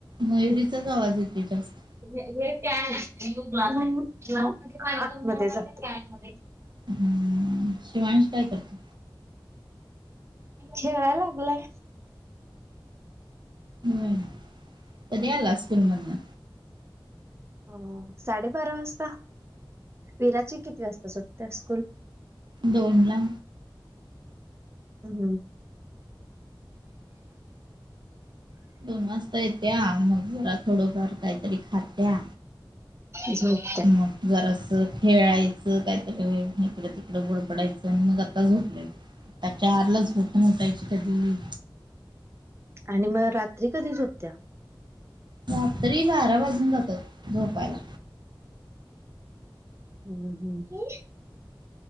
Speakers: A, on the right; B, on the right.
A: मयुरीचाच आवाज येतोय जास्त
B: हे हे कॅन आहे आणि तो ग्लास आहे ग्लास मध्ये पाणी कमी होणार त्या कॅन मध्ये
A: हम्म शिवांश काय करत?
B: खेळाय लागलाय.
A: हम्म कधी आलास स्कूल मधनं?
B: अ साडेबारा वाजता? विराची किती वाजता सुटते स्कूल?
A: दोन ला.
B: <inaudible>
A: दोन वाजता येत्या मग घरात थोडंफार काहीतरी खात्या.
B: झोप.
A: मग गरज अ खेळायचं काहीतरी इकडं तिकडं उडपडायचं आणि मग आता झोपलाय. त्या चारलाच झोपून उठायची कधी.
B: आणि मग रात्री कधी झोपत्या?
A: रात्री बारा वाजून जातात झोपायला.
B: हम्म हम्म.